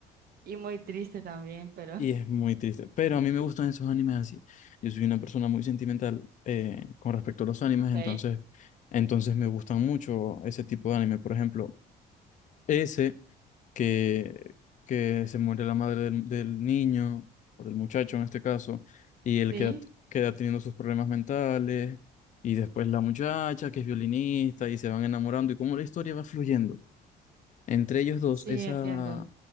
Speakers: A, on the right; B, on the left.
A: y muy triste también, pero
B: Y es muy triste. Pero a mí me gustan esos animes así. Yo soy una persona muy sentimental eh, con respecto a los animes,
A: ok,
B: entonces, entonces me gustan mucho ese tipo de anime. Por ejemplo, ese que, que se muere la madre del, del niño, o del muchacho en este caso, y él
A: sí,
B: queda, queda teniendo sus problemas mentales, y después la muchacha que es violinista, y se van enamorando, y cómo la historia va fluyendo. Entre ellos dos,
A: sí,
B: esa,
A: entiendo.